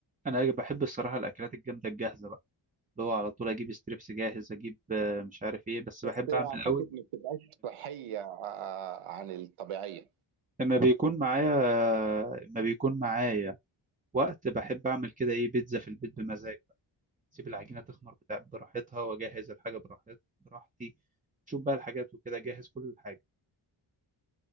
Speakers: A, on the right; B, on the right.
A: انا بحب الصراحه الاكلات الجامده الجاهزه بقى اللي هو على طول اجيب ستريبس جاهز اجيب آه، مش عارف ايه بس
B: بس
A: بحب اعمل
B: اعتقد
A: قوي
B: ما بتبقاش صحيه آه، عن الطبيعيه
A: اما بيكون معايا اما بيكون معايا وقت بحب اعمل كده ايه بيتزا في البيت بمزاج بقى اسيب العجينه تخمر بتاع براحتها واجهز الحاجه براحت براحتي شوف بقى الحاجات وكده جهز كل الحاجه